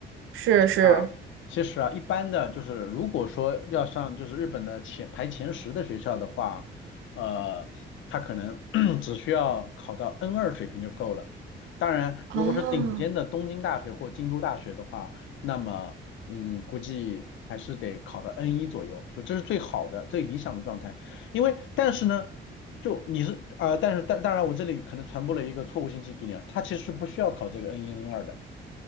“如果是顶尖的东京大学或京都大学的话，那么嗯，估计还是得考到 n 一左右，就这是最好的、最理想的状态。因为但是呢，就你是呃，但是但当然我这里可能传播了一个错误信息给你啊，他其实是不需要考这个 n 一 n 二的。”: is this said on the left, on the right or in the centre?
Left